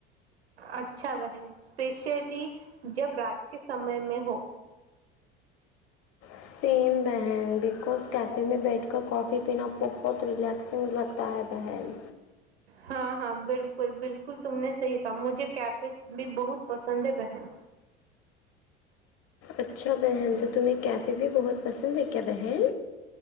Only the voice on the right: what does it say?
اچھا بہن اسپیشلی جب رات کے سمے میں ہو
ہاں ہاں بالکل بالکل تم نے صحیح کہا مجھے کیفیز بھی بہت پسند ہے بہن